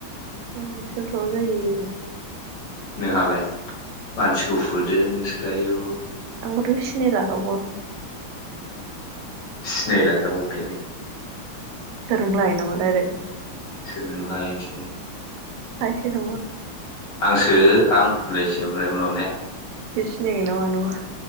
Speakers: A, on the right (about 85°); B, on the left (about 60°).
A: उम सोमथाबा जायो।
B: नोंहालाय? मानसि गुफुरदों
A: मा
B: नोंसोर आवौ।
A: आंखौथ' सिनायला रावबो
B: सिनायला जाबावखायलै।
A: सोर नोंलाय नामा डाइरेक्ट
B: सोलोंला हैनोसौ।
A: खासेखौबो
B: आंसो आं होनलायसो ओमफ्राय उनाव ने?
A: सिनायगोन ना मा नङा